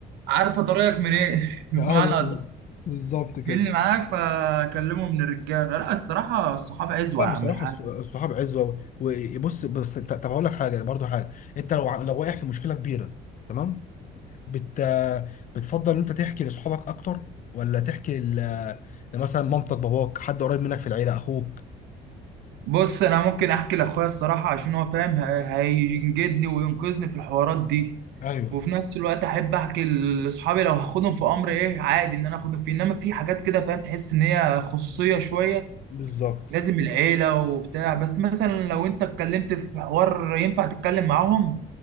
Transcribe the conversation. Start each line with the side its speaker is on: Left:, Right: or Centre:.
Right: عارفه طريقك منين <laughs> بمعنى
Left: ايوه أيوة. بالظبط كده
Right: مين اللي معاك فكلمه من الرجاله لا الصراحه الصحابه عزوه
Left: لا بصراحه
Right: يا عم الحاج
Left: الص- الصحاب عزوه وبص بس انت- طب هقول لك حاجه برضو حاجه انت لو ع- لو واقع في مشكله كبيره تمام بت بتفضل ان انت تحكي لاصحابك اكتر ولا تحكي ل- لمثلا مامتك باباك حد قريب منك في العيله اخوك
Right: بص انا ممكن احكي لاخويا الصراحه عشان هو فاهم هي- هينجدني وينقذني في الحوارات دي
Left: ايوه
Right: وفي نفس الوقت احب احكي لاصحابي لو هاخدهم في امر ايه عادي ان انا اخدهم فيه انما في حاجات كده فاهم تحس ان هي خصوصيه شويه
Left: بالظبط
Right: لازم العيله وبتاع بس مثلا لو انت اتكلمت في حوار ينفع تتكلم معاهم